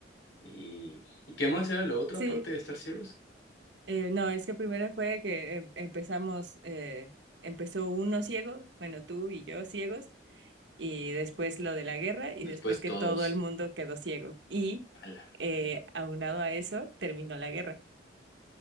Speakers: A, on the left; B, on the right.
A: y, ¿y qué más era lo otro
B: Sí.
A: aparte de estar ciegos?
B: Eh, no, es que primero fue que em- empezamos, eh, empezó uno ciego, bueno, tú y yo ciegos, y después lo de la guerra, y
A: Después
B: después que
A: todos,
B: todo el mundo quedó ciego. Y
A: ala,
B: eh, aunado a eso, terminó la guerra.